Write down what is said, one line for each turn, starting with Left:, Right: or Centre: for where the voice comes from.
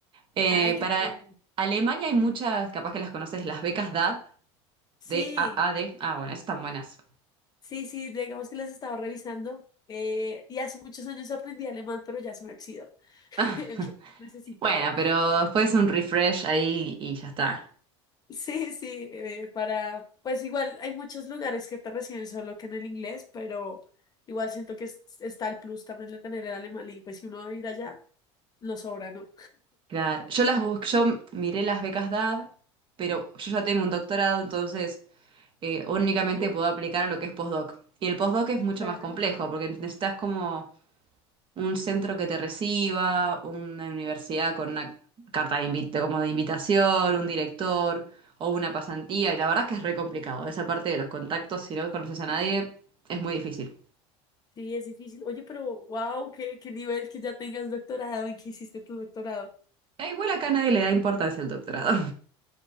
Right: Eh,
Left: Ah, qué
Right: para
Left: chévere.
Right: Alemania hay muchas, capaz que las conoces, las becas DAD,
Left: Sí,
Right: D-A-A-D. Ah, bueno, esas están buenas.
Left: sí, sí, digamos que las estaba revisando eh, y hace muchos años aprendí alemán, pero ya se me oxidó. <laughs>
Right: <laughs>
Left: Entonces, necesito
Right: Bueno, pero después un refresh ahí y ya está.
Left: Sí, sí, eh, para, pues igual hay muchos lugares que te reciben solo que en el inglés, pero igual siento que es- está el plus también de tener el alemán y pues si uno va a ir allá, lo sobra, ¿no?
Right: Claro, yo las busqué, yo miré las becas DAD, pero yo ya tengo un doctorado, entonces eh, únicamente
Left: Oh,
Right: puedo aplicar a lo que es postdoc. Y el postdoc es mucho
Left: claro.
Right: más complejo, porque necesitas como un centro que te reciba, una universidad con una carta de invite, como de invitación, un director o una pasantía, y la verdad es que es re complicado. Esa parte de los contactos, si no conoces a nadie, es muy difícil.
Left: Sí, es difícil. Oye, pero wow, qué, qué nivel que ya tengas doctorado y que hiciste tu doctorado.
Right: E igual acá nadie le da importancia al doctorado. <laughs>